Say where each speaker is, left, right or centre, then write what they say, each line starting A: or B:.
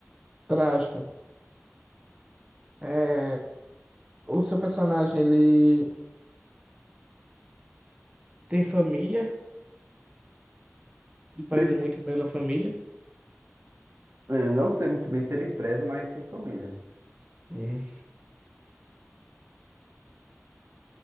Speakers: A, on the right; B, on the right.
A: Trágica. É, o seu personagem, ele tem família e preza
B: Tem
A: muito pela família.
B: Eu não sei muito bem se ele preza, mas ele tem família.
A: Hum.